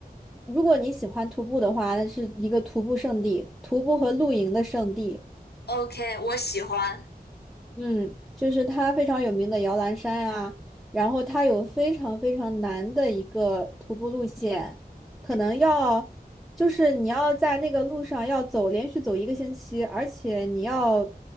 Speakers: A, in the centre; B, on the left.
A: 如果你喜欢徒步的话，那是一个徒步圣地，徒步和露营的圣地。
B: ，OK，我喜欢。
A: 嗯，就是它非常有名的摇篮山呀，然后它有非常非常难的一个徒步路线，可能要就是你要在那个路上要走连续走一个星期，而且你要